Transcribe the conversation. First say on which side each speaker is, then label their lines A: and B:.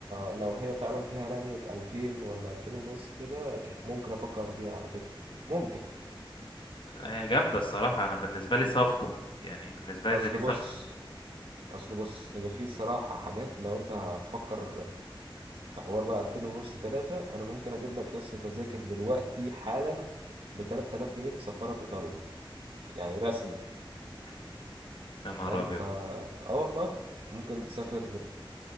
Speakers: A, on the right (about 70°); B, on the left (about 70°).
A: لو هي فعلا فيها رمية ألفين ولا ألفين ونص كده ممكن أفكر فيها على فكرة ممكن
B: هي جامده الصراحه انا بالنسبه لي صفقه يعني بالنسبه
A: أصل
B: لي زي دي
A: بص
B: صفقه
A: أصل بص هي في الصراحة حاجات لو أنت هتفكر في حوار بقى 2000 ونص 3 انا ممكن اجيب لك يا اسطى تذاكر دلوقتي حالا ب 3000 جنيه تسفرك ايطاليا يعني رسمي
B: م. يا نهار
A: فاهم
B: ابيض
A: فا اه والله ممكن تسافر